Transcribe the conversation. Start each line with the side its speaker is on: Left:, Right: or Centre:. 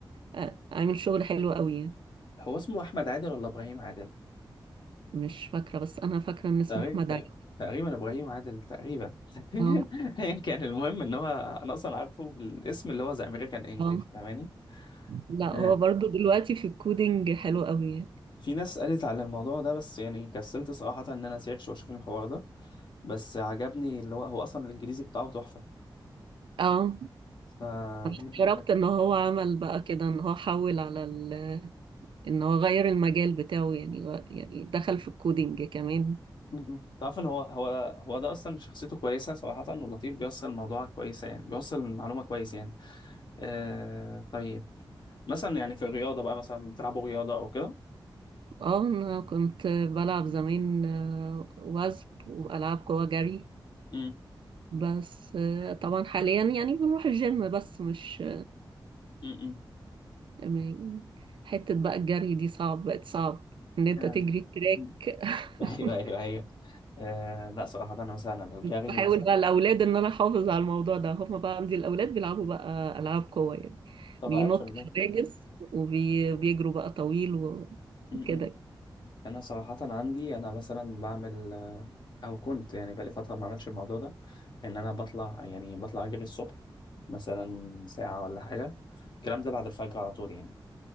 Right: آه، عامل شغل حلو قوي يعني
Left: هو اسمه احمد عادل ولا ابراهيم عادل
Right: مش فاكرة بس أنا فاكرة إن اسمه
Left: تقريبا
Right: أحمد
Left: تق-
Right: علي
Left: تقريبا ابراهيم عادل تقريبا <laughs>
Right: اه
Left: ايا كان المهم ان هو انا اصلا عارفه بالاسم اللي هو ذا امريكان انجلش
Right: اه
Left: فاهماني
Right: لا
Left: آه.
Right: هو برضو دلوقتي في الكودينج حلو قوي يعني
Left: في ناس قالت على الموضوع ده بس يعني كسلت صراحة ان انا سيرش واشوف الحوار ده بس عجبني اللي هو هو اصلا الانجليزي بتاعه تحفة
Right: اه
Left: ف
Right: أنا
Left: م-
Right: استغربت ان هو عمل بقى كده ان هو حول على ال... ان هو غير المجال بتاعه يعني غ- يعني دخل في الكودينج كمان
Left: م. تعرف ان هو هو هو ده اصلا شخصيته كويسة صراحة ولطيف بيوصل الموضوع كويسة يعني بيوصل المعلومة كويس يعني آه طيب مثلا يعني في الرياضة بقى مثلا بتلعبوا رياضة او كده
Right: اه انا كنت بلعب زمان آه، وزب والعاب قوى جري
Left: م-
Right: بس آه، طبعا حاليا يعني بنروح الجيم بس مش
Left: م- م.
Right: آه، م- حتة بقى الجري دي صعب بقت صعب ان انت
Left: آه.
Right: تجري
Left: <laughs>
Right: تراك
Left: مم.
Right: <laughs>
Left: ايوه ايوه ايوه آه لا صراحة انا مثلا انا الجري
Right: بس بحاول
Left: مثلا
Right: بقى الاولاد ان انا احافظ على الموضوع ده هم بقى عندي الاولاد بيلعبوا بقى العاب قوه يعني
Left: طب
Right: بينطوا
Left: عايش والله
Right: حواجز وبيجروا بقى طويل و-
Left: م-
Right: وكده
Left: م. انا صراحة عندي انا مثلا بعمل آه، او كنت يعني بقالي فترة ما عملتش الموضوع ده ان انا بطلع يعني بطلع اجري الصبح مثلا ساعة ولا حاجة الكلام ده بعد الفجر على طول يعني